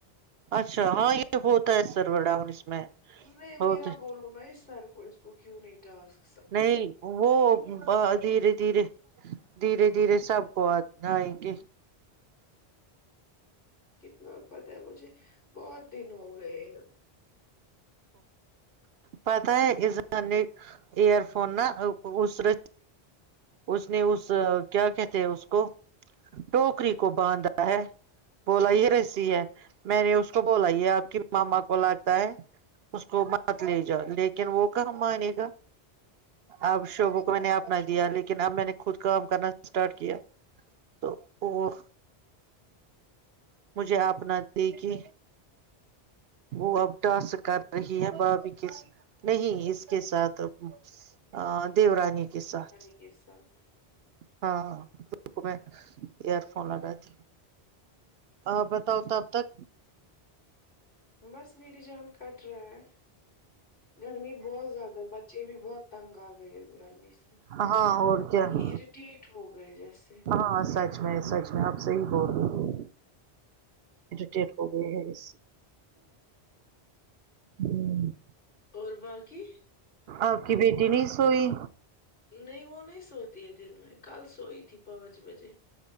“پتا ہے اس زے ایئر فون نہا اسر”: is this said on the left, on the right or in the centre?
Right